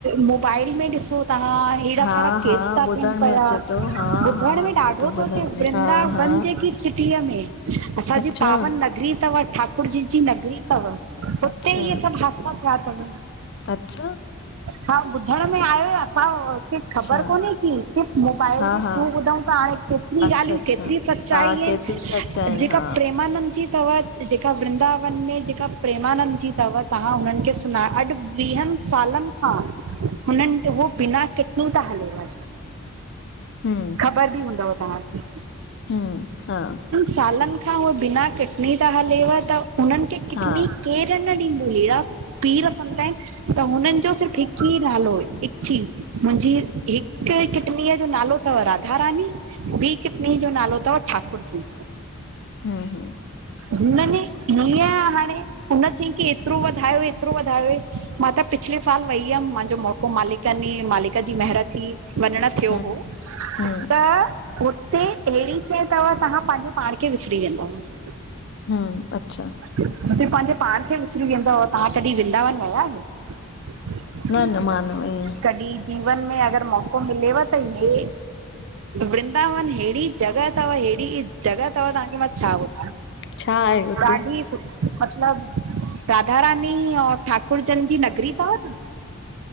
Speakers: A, on the right (about 65°); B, on the left (about 50°).
A: मोबाइल में ॾिसो ता। हेड़ा
B: हा
A: सारा केस
B: हा
A: था
B: ॿुधण
A: थियन
B: में
A: पया
B: अचे थो हा
A: ॿुधण
B: हा
A: में
B: अचे
A: ॾाढो थो
B: ॿुधण
A: अचे
B: में
A: वृंदावन
B: हा हा
A: जेकी। सिटीअ में असांजी
B: अच्छा
A: पावन नगरी तव ठाकुर जी जी नगरी तव। हुते
B: अच्छा
A: ई सभ हासा थया तव।
B: अच्छा।
A: हा ॿुधण में आहियो असां --
B: अच्छा
A: ख़बर कोन्हे की सिर्फ़ मोबाइल
B: हा
A: जे
B: हा
A: थ्रू ॿुधूं था त हाणे केतिरी
B: अच्छा
A: ॻाल्हियूं
B: अच्छा
A: के -- केतरी सचाई
B: हा
A: आहिन
B: केतिरी सच आहिनि
A: जेका
B: हा
A: प्रेमानंद। ची तव जेका वृंदावन में जेका प्रेमानंद जी तव तव्हां हुनननि खे सुञाण अॼु। वीहन सालन खां हुनन हो बिना किटु था हलेव।
B: हूम --
A: ह तव्हां खे।
B: हम्म हा
A: सालन खां उहे बिना किटनी त हलेव त उन्हनि खे किटनी।
B: हा
A: केर न ॾिदों हेॾा पीर फंदा। त हुनन जो सिर्फ़ हिकु ई नालो हिची मुहिंजी हिकु किटनीअ जो नालो। अथव राधा रानी ॿी किटनी जो नालो अथव ठाकुर जी।
B: हू हूम।
A: हुननि हीअं हाणे हुन चयईं की एतिरो वधायो एतिरो वधायो। मां त पिछले साल वेई हुयम मांजो मौक़ो मालिक मालिक जी म महिंरत। वञण थयो
B: हम्म
A: हो
B: हम्म
A: त -- ते अहेड़ी शइ तव तव्हां पांहिंजे पाण खे विसरी वेंदव।
B: हू अच्छा।
A: उते पहिंजे पाण खे विसरी वेंदव तव्हां कॾि वृंदावन वया आहियो।
B: न न मां न वई आहियां
A: कॾि। जीवन में अगर मौक़ो मिलेव त हे। वृंदावन हेड़ी जॻह तव हेड़ी जॻह तव तव्हांखे मां छा ॿुध।
B: छा आहे हुते
A: ॾाढी सुठी मतलब राधा रानीऔ। ठाकुरजन जी नगरी तव न।